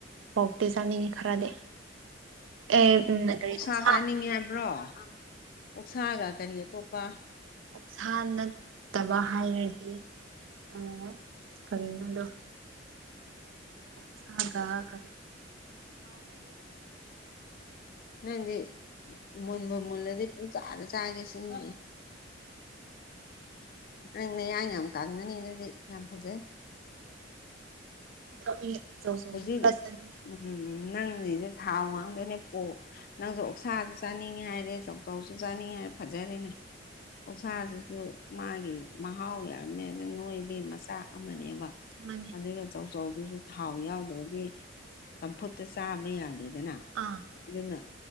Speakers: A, on the right (about 85°); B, on the left (about 50°).
A: ꯄꯥꯎꯇꯦ ꯆꯥꯅꯤꯡꯉ ꯈꯔꯗꯤ ꯑꯦ ꯀ
B: ꯑꯣꯛꯁꯥ ꯆꯥꯅꯤꯡꯉꯦ ꯍꯥꯏꯕ꯭ꯔꯣ ꯑꯣꯛꯁꯥꯒ ꯀꯔꯤ ꯑꯇꯣꯞꯄ
A: ꯑꯣꯛꯁꯥ ꯅꯠꯇꯕ ꯍꯥꯏꯔꯗꯤ ꯑ ꯀꯔꯤꯅꯣꯗꯣ ꯑꯣꯒꯔꯗ ꯀ
B: ꯅꯪꯗꯤ ꯃꯨꯟꯕ ꯃꯨꯜꯂꯗꯤ ꯄꯨꯡ ꯆꯥꯔ ꯆꯥꯒꯦꯁꯤꯅꯦ ꯅꯪ ꯂꯩ ꯑ ꯌꯥꯝ ꯀꯪꯉꯅꯤ ꯑꯗꯨꯗꯤ ꯌꯥꯝ ꯐꯖꯩ
A: ꯑꯗꯣ ꯑꯩ ꯑꯆꯧ ꯑꯆꯧꯕꯗꯤ
B: ꯍꯧꯖꯤꯛ
A: ꯈꯔ ꯆꯥꯅꯤꯡꯉꯦ
B: ꯎꯝ ꯅꯪ ꯍꯧꯁꯦ ꯊꯥꯎ ꯉꯥꯡꯗꯣꯏꯅꯦ ꯄꯣꯛ ꯅꯪꯁꯨ ꯑꯣꯛꯁꯥꯁꯨ ꯆꯥꯅꯤꯡꯉꯤ ꯍꯥꯏꯔꯦ ꯆꯧꯆꯧꯁꯨ ꯆꯥꯅꯤꯡꯉꯤ ꯍꯥꯏꯔꯦ ꯐꯖꯔꯦꯅꯦ ꯄꯧꯁꯥꯁꯤꯁꯨ ꯃꯥꯒꯤ ꯃꯍꯥꯎ ꯌꯥꯝꯃꯦ ꯑꯗ ꯅꯣꯏꯕꯒꯤ ꯃꯆꯥꯛ ꯑꯃꯅꯦꯕ
A: ꯃꯥꯅꯦ
B: ꯑꯗꯨꯒ ꯆꯧꯆꯧꯗꯨꯁꯨ ꯊꯥꯎ ꯌꯥꯎꯗ꯭ꯔꯗꯤ ꯆꯝꯐꯨꯇ ꯆꯥꯃ ꯌꯥꯗꯦꯗꯅ
A: ꯑꯥ
B: ꯑꯗꯨꯅ